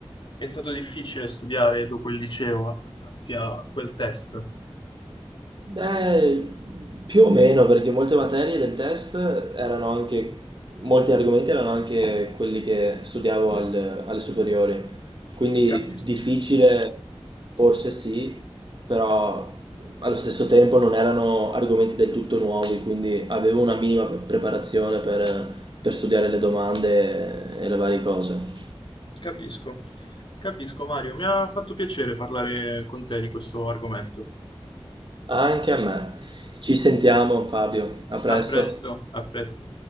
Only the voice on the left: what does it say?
è stato difficile studiare dopo il liceo, approcciarsi a quel test.
Capisco,
capisco, capisco Mario, mi ha fatto piacere parlare con te di questo argomento.
A presto, a presto.